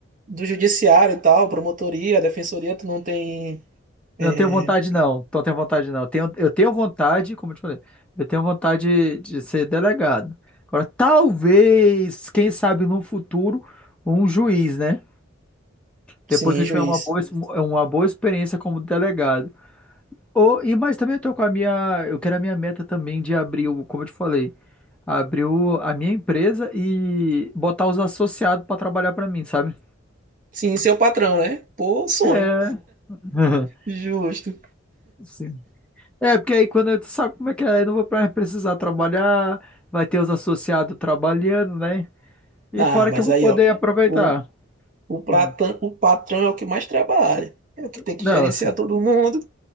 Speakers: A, on the right; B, in the centre.
A: do judiciário e tal, promotoria, defensoria, tu não tem, é,
B: não tenho vontade não, não tenho vontade não. Tenho, eu tenho vontade, como eu te falei, eu tenho vontade de ser delegado. Agora, talvez, quem sabe no futuro, um juiz, né? Depois
A: sim,
B: que eu tiver
A: juiz.
B: uma boa, ex- uma boa experiência como delegado. Ou, e mas também eu tô com a minha, eu quero a minha meta também de abrir, o- como eu te falei, abrir o- a minha empresa e botar os associados para trabalhar para mim, sabe?
A: Sim, seu patrão, né? Pô, sonho.
B: É. <laughs>
A: Justo.
B: Sim. É, porque aí quando eu- tu sabe como é que é, eu não vou mais precisar trabalhar, vai ter os associados trabalhando, né? E
A: Ah,
B: fora
A: mas
B: que eu vou
A: aí,
B: poder
A: ó,
B: aproveitar.
A: o, o, platão,
B: Hum.
A: o patrão é o que mais trabalha, é o que tem que
B: Não,
A: gerenciar todo mundo.